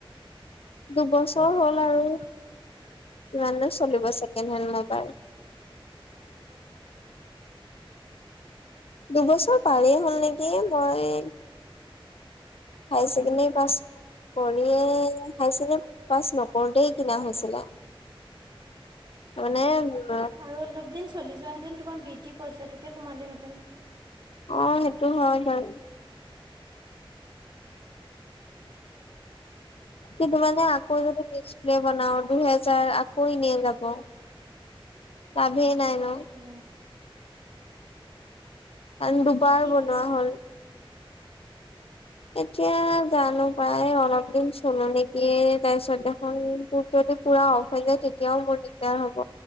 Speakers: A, on the left; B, on the right.
A: দুবছৰ হ'ল আৰু কিমাননো চলিব ছেকেণ্ড হেণ্ড মোবাইল। দুবছৰ পাৰেই হ'ল নেকি মই হাই চেকেণ্ডেৰী পাছ কৰিয়েই হাই ছেকেণ্ড পাছ নকৰোতেই কিনা হৈছিলে। তাৰমানে
B: আৰু অলপ দিন চলি যোৱাহেঁতেন তোমাৰ বৃত্তিৰ পইচাটোকে সোমালেহেঁতেন।
A: অ', সেইটো হয় বাৰু। কিন্তু মানে আকৌ যদি ডিচপ্লে বনাওঁ দুহেজাৰ আকৌ ইনেই যাব। লাভে নাই
B: তাকে
A: ন? কাৰন দুবাৰ
B: এতিয়া কি
A: বনোৱা
B: ভাবিছা
A: হ'ল। এতিয়া জানো পাই অলপ দিন চলে নেকি তাৰপিছত দেখোন তোৰ যদি পুৰা অফ হৈ যায় তেতিয়াও মোৰ দিগদাৰ হ'ব,